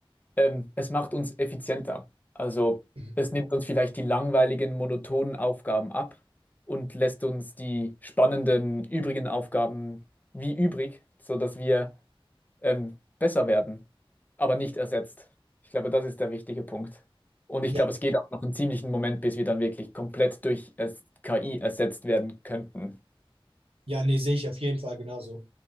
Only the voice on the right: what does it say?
Mhm.
Ja,
ja, nee, sehe ich auf jeden Fall genauso.